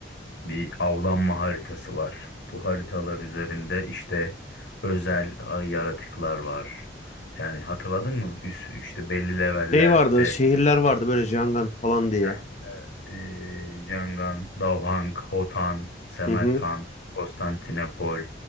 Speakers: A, on the left; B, on the left.
A: bir avlanma haritası var. Bu haritalar üzerinde işte özel ay yaratıklar var. Yani hatırladın mı? Üst, işte belli levellerde
B: Şey vardı, şehirler vardı böyle Jangan falan diye.
A: Heh, Ee, Yangon, Davhang, Hotan, Semerkant,
B: Hı hı.
A: Konstantinopol.